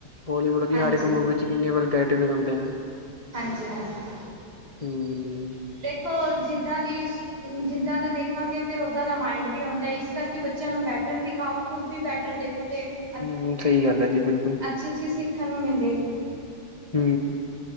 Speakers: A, on the left (about 20°); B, on the right (about 60°).
A: ਬੋਲੀਵੁੱਡ ਦੀ
B: ਹਾਂਜੀ
A: ਹਰ ਇੱਕ ਮੂਵੀ ਚ ਕਿੰਨੀ ਵਲਗੈਰਟੀ ਦਿਖਾਂਦੇ ਆ।
B: ਹਾਂਜੀ-ਹਾਂਜੀ,
A: ਹਮ
B: ਦੇਖੋ ਜਿੱਦਾਂ ਦੀ ਮ ਜਿੱਦਾਂ ਦਾ ਦੇਖਾਂਗੇ ਫਿਰ ਓਦਾਂ ਦਾ ਮਾਇੰਡ ਵੀ ਆਉਂਦਾ ਐ, ਇਸ ਕਰਕੇ ਬੱਚਿਆਂ ਨੂੰ ਬੈਟਰ ਦਿਖਾਓ ਖੁਦ ਵੀ ਬੈਟਰ ਦੇਖ <unintelligible>
A: ਹੁੰ, ਸਹੀ ਗੱਲ ਐ ਜੀ ਬਿਲਕੁਲ।
B: ਅੱਛੀ-ਅੱਛੀ ਸਿੱਖਣ ਨੂੰ ਮਿਲੇਗੀ।
A: ਹੁੰ,